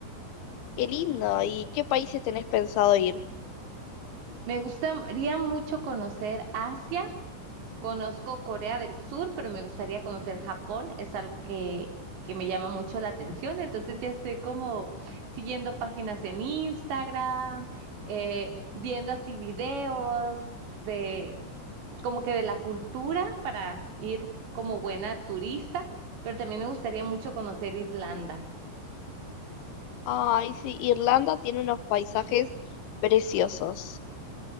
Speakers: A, on the left; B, on the right.
A: Qué lindo. ¿Y qué países tenés pensado ir?
B: Me gustaría mucho conocer Asia Conozco Corea del Sur, pero me gustaría conocer Japón. Es algo que, que me llama mucho la atención. Entonces ya estoy como siguiendo páginas en Instagram, eh, viendo así videos de como que de la cultura para ir como buena turista, pero también me gustaría mucho conocer Irlanda.
A: Ay, sí, Irlanda tiene unos paisajes preciosos.